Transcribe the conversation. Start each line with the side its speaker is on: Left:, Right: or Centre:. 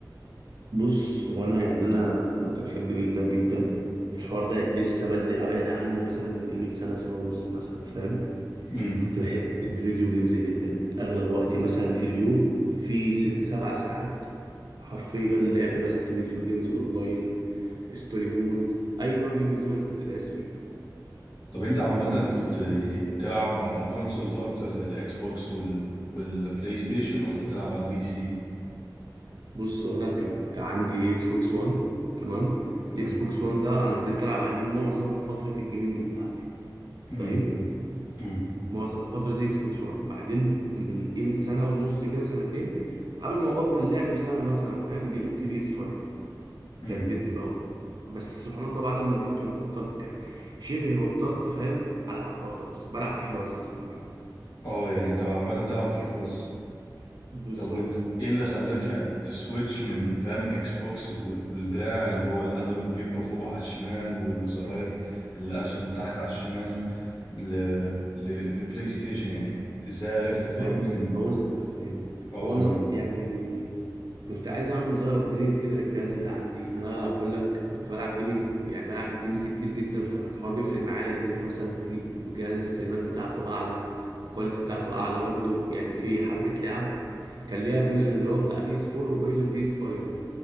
Right: بص هو انا يعني انا كنت بحب جدا جدا الحوار ده لسه بادئ ابعد عنه مثلا من قيمه سنه سنه ونص مثلا فاهم
Left: امم
Right: كنت بحب الفيديو جيمز جدا اغلب وقتي مثلا اليوم في ست سبع ساعات حرفيا لعب بس فيديو جيمز اونلاين ستوري مود اي نوع فيديو جيم انا كنت دايس فيه
Left: طب انت عامه كنت يعني بتلعب على الكونسولز اكتر زي الاكس بوكس وال والبلاي ستيشن ولا بتلعب على البي سي
Right: بص هو انا كنت عندي اكس بوكس 1 تمام
Left: تمام
Right: الاكس بوكس 1 ده انا فضلت العب عليه معظم فتره الجيمنج بتاعتي فاهم
Left: امم امم
Right: معظم الفتره دي اكس بوكس 1 بعدين من قيمه سنه ونص كده سنتين قبل ما ابطل لعب بسنه مثلا فاهم جبت بي اس 5
Left: امم
Right: جددت بقى بس سبحان الله بعد ما جبته انا بطلت يعني شبه بطلت فاهم العب بقى خلاص بلعب فيفا بس عامه
Left: اه يعني انت عامه بتلعب فيفا بس
Right: بالظبط
Left: طب وانت ايه اللي خلاك يعني تسويتش من فاهم اكس بوكس و- والدراع اللي هو الانالوج بيبقى فوق على الشمال والزراير الاسهم تحت على الشمال ل... ل... لبلاي ستيشن يعني ازاي عرفت
Right: والله
Left: فاهمني
Right: بص
Left: من
Right: هقول لك هفهمك
Left: اه
Right: هو انا
Left: ل...
Right: يعني كنت عايز اعمل زي ابجريد كده للجهاز اللي عندي انا بقول لك كنت بلعب جيمنج يعني بلعب جيمز كتير جدا فالحوار بيفرق معايا ان انت مثلا تجيب جهاز الفريمات بتاعته اعلى الكواليتي بتاعته اعلى برضو يعني في حبة لعب كان ليها فيرجن اللي هو بتاع بي اس 4 وفيرجن بي اس 5